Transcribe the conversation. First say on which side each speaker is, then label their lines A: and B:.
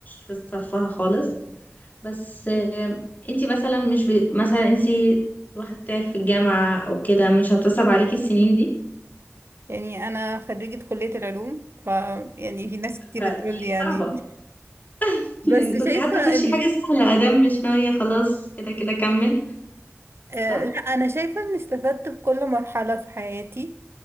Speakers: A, on the left; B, on the right.
A: في صفها خالص بس آه، انتي مثلا مش ب... مثلا انتي واحد تعب في الجامعة او كده مش هتصعب عليكي السنين دي
B: يعني انا خريجة كلية العلوم ف يعني في ناس كتير
A: فدي
B: تقول لي يعني
A: صعبة
B: <laughs>
A: <laughs>
B: بس
A: يعني كنت
B: شايفة
A: حتى تخشي
B: ان
A: حاجة سهلة ادام مش ناوية خلاص كده كده كمل
B: آه،
A: صح؟
B: لا انا شايفة ان استفدت في كل مرحلة في حياتي